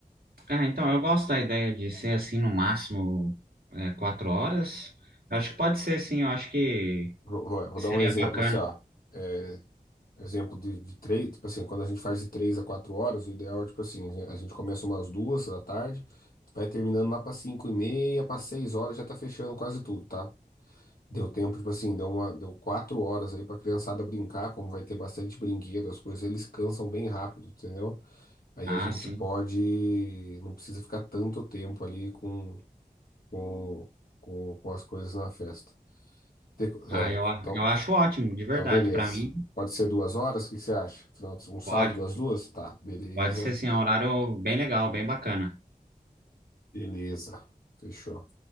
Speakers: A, on the right; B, on the left.
A: Ah, então, eu gosto da ideia de ser assim, no máximo, é, quatro horas. Eu acho que pode ser, sim, eu acho que.
B: Vou, vou- vou
A: Seria
B: dar um exemplo
A: bacana.
B: assim, ó. É, Exemplo de, de três, tipo assim, quando a gente faz de três a quatro horas, o ideal é, tipo assim, a gente começa umas duas da tarde, vai terminando lá para cinco e meia, para seis horas já tá fechando quase tudo, tá? Deu tempo, tipo assim, deu uma, deu quatro horas aí pra criançada brincar, como vai ter bastante brinquedo, as coisas, eles cansam bem rápido, entendeu? Aí
A: Ah,
B: a gente
A: sim.
B: pode, não precisa ficar tanto tempo ali com, com, com, com as coisas na festa. Tem co-
A: Ah,
B: É,
A: eu, a-
B: então,
A: eu acho ótimo, de verdade.
B: então beleza.
A: Para mim,
B: Pode ser duas horas, o que que você acha? Final de- Um sábado
A: pode.
B: às duas? Tá, beleza,
A: Pode ser, sim, é um horário bem legal, bem bacana.
B: beleza. Fechou.